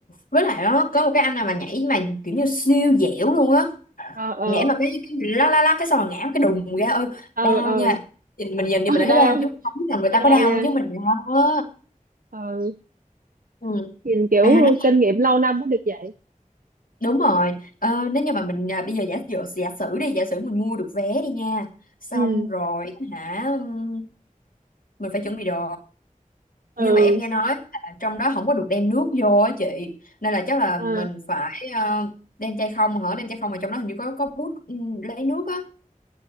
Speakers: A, on the left (about 80°); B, on the right (about 85°).
A: với lại đó có một cái anh nào mà nhảy mà kiểu như siêu dẻo luôn á
B: ờ ờ
A: nhảy mà cái cái lá lá lá cái xong rồi ngã một cái đùng ra ơi
B: ờ
A: đau
B: ờ
A: nha nhìn mình nhìn
B: ờ
A: thì mình
B: đau
A: thấy đau chứ không biết là người
B: thấy
A: ta
B: đau
A: có đau
B: nha
A: chứ mình đau á
B: ờ
A: ừ.
B: nhìn kiểu
A: à nó
B: kinh nghiệm lâu năm mới được vậy
A: Đúng rồi, ờ, nếu như mà mình à, bây giờ giả dụ giả sử đi, giả sử mình mua được vé đi nha, xong
B: ừ
A: rồi hả, ừm, mình phải chuẩn bị đồ. Nhưng
B: ừ
A: mà em nghe nói là trong đó không có được đem nước vô á chị, nên là chắc là
B: ờ
A: mình phải ờ, đem chai không hả, đem chai không mà trong đó hình như có có bút ừm, lấy nước á.